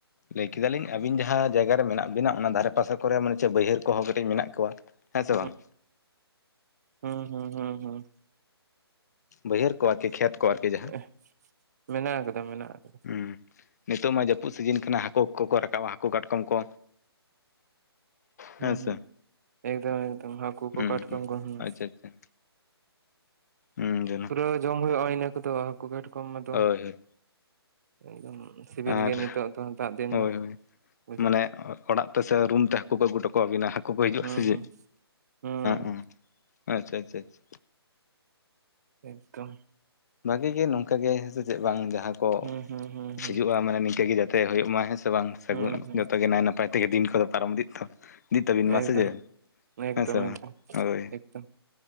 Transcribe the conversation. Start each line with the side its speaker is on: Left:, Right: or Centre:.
Left: ᱞᱟᱹᱭ ᱠᱮᱫᱟᱞᱤᱧ ᱟᱹᱵᱤᱱ ᱡᱟᱦᱟᱸ ᱡᱟᱭᱜᱟ ᱨᱮ ᱢᱮᱱᱟᱜ ᱵᱤᱱᱟ ᱚᱱᱟ ᱫᱷᱟᱨᱮ ᱯᱟᱥᱮ ᱠᱚᱨᱮ ᱢᱟᱱᱮ ᱪᱮᱫ ᱵᱟᱹᱭᱦᱟᱹᱲ ᱠᱚᱦᱚᱸ ᱠᱟᱹᱴᱤᱡ ᱢᱮᱱᱟᱜ ᱠᱚᱣᱟ? ᱦᱮᱸ ᱥᱮ ᱵᱟᱝ
Right: ᱦᱩᱸ ᱦᱩᱸ ᱦᱩᱸ ᱦᱩᱸ ᱦᱩᱸ
Left: ᱵᱟᱹᱭᱦᱟᱹᱲ ᱠᱚ ᱟᱨᱠᱤ ᱠᱷᱮᱛ ᱠᱚ ᱟᱨᱠᱤ ᱡᱟᱦᱟᱸ
Right: ᱮᱦᱻ ᱢᱮᱱᱟᱜ ᱠᱟᱫᱟ ᱢᱮᱱᱟᱜ ᱟᱠᱟᱫᱟ।
Left: ᱦᱩᱸ ᱱᱤᱛᱚᱜ ᱢᱟ ᱡᱟᱹᱯᱩᱫ ᱥᱤᱡᱤᱱ ᱠᱟᱱᱟ ᱦᱟᱹᱠᱩ ᱠᱚᱠᱚ ᱨᱟᱠᱟᱵ ᱟ ᱦᱟᱹᱠᱩ ᱠᱟᱴᱠᱚᱢ ᱠᱚ। ᱦᱮᱸ
Right: ᱦᱩᱸ
Left: ᱥᱮ
Right: ᱦᱩᱸ ᱮᱠᱫᱚᱢ ᱮᱠᱫᱚᱢ ᱦᱟᱹᱠᱩ ᱠᱚ
Left: ᱦᱩᱸ
Right: ᱠᱟᱴᱠᱚᱢ ᱠᱚ ᱦᱩᱸ।
Left: ᱟᱪᱪᱷᱟ ᱟᱪᱪᱷᱟ ᱦᱩᱸ ᱡᱮᱱᱚ
Right: ᱯᱩᱨᱟᱹ ᱡᱚᱢ ᱦᱩᱭᱩᱜᱼᱟ ᱤᱱᱟᱹ ᱠᱚᱫᱚ ᱦᱟᱹᱠᱩ ᱜᱮᱴᱠᱚᱢ ᱟᱫᱚ।
Left: ᱦᱳᱭ ᱦᱳᱭ
Right: ᱮᱠᱫᱚᱢ ᱥᱤᱵᱤᱞ
Left: ᱟᱨ
Right: ᱜᱮ ᱱᱤᱛᱚᱜ ᱫᱚ ᱫᱟᱜ ᱫᱤᱱ
Left: ᱦᱳᱭ
Right: ᱫᱚ
Left: ᱦᱳᱭ
Right: ᱵᱩᱡᱷᱟᱹᱜᱼᱟ।
Left: ᱢᱟᱱᱮ ᱚᱲᱟᱜ ᱛᱮ ᱥᱮ ᱨᱩᱢ ᱛᱮ ᱦᱟᱹᱠᱩ ᱠᱚ ᱟᱹᱜᱩ ᱦᱚᱴᱚ ᱠᱚᱣᱟᱵᱤᱱᱟ ᱦᱟᱹᱠᱩ ᱠᱚ ᱦᱤᱡᱩᱜᱼᱟ
Right: ᱦᱩᱸ
Left: ᱥᱮ ᱪᱮᱫᱸ।
Right: ᱦᱩᱸ ᱦᱩᱸ
Left: <inaudible> ᱟᱪᱪᱷᱟ ᱟᱪᱷᱟ ᱟᱪᱷᱟ
Right: ᱮᱠᱫᱚᱢ
Left: ᱵᱷᱟᱜᱤ ᱜᱮ ᱱᱚᱝᱠᱟ ᱜᱮ ᱦᱮᱸ ᱥᱮ ᱪᱮᱫ ᱵᱟᱝ ᱡᱟᱦᱟᱸ ᱠᱚ
Right: ᱦᱩᱸ ᱦᱩᱸ ᱦᱩᱸ ᱦᱩᱸ
Left: ᱦᱤᱡᱩᱜᱼᱟ ᱢᱟᱱᱮ ᱱᱤᱝᱠᱟᱹᱮ ᱡᱟ ᱼᱼ ᱛᱮ ᱦᱩᱭᱩᱜ ᱢᱟ ᱦᱮᱸ ᱥᱮ ᱵᱟᱝ ᱥᱟᱹᱜᱩᱱ
Right: ᱦᱩᱸ ᱦᱩᱸ
Left: ᱡᱚᱛᱚᱜᱮ ᱱᱟᱭ ᱱᱟᱯᱟᱭ ᱛᱮᱜᱮ ᱫᱤᱱ ᱠᱚᱫᱚ ᱯᱟᱨᱚᱢ ᱤᱫᱤᱜ ᱛᱚ ᱼᱼ ᱤᱫᱤ <inaudible> ᱛᱟᱹᱵᱤᱱ ᱢᱟᱥᱮ
Right: ᱮᱠᱫᱚᱢ
Left: ᱪᱮ
Right: ᱮᱠᱫᱚᱢ
Left: ᱦᱮᱸ ᱥᱮ ᱵᱟᱝ
Right: ᱮᱠᱫᱚᱢ
Left: ᱦᱳᱭ᱾
Right: ᱮᱠᱫᱚᱢ